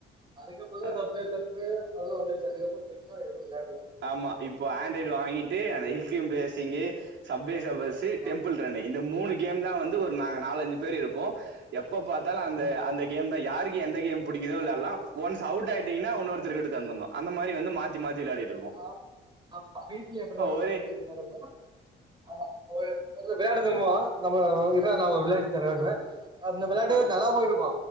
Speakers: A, on the right; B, on the right.
A: அதுக்கப்றதா
B: அதா
A: சப்வே சர்பே அதெல்லா வந்துச்சி அதுக்கப்றோ எக்ஸ்ட்ரா எது வெளையாட்ல
B: ஆமா இப்போ ஆண்ட்ராய்டு வாங்கிட்டு அந்த ஹில்தியம் ப்ளேசிங்கு சப்வே சர்பஸு
A: ஆமா
B: டெம்பிள் ரன்னு இந்த மூணு கேம் தா வந்து ஒரு நாங்க நாலு அஞ்சு பேர் இருப்போ எப்ப பாத்தாலு அந்த
A: ஆமா
B: அந்த கேம் தா யாருக் எந்த கேம் புடிக்குதோ வெளையால்லா ஒன்ஸ் அவுட் ஆயிட்டீங்கனா ஒன்னொருத்தருக் கிட்ட தந்துனு அந்த மாரி வந்து மாத்தி மாத்தி விளாடிட்
A: ஆ ஆமா வீட்ல இப்டிதா
B: ஒரே
A: தம்பிக்கிட்ட விளாடுறப்போ ஆமா அந்த விளாயாடுதல் மோ நம்ம ன்ன நா ஒரு விளாடிட் தரன்வே அந்த வெளையாடு
B: ஆ
A: நல்லா போயிட்ருக்கு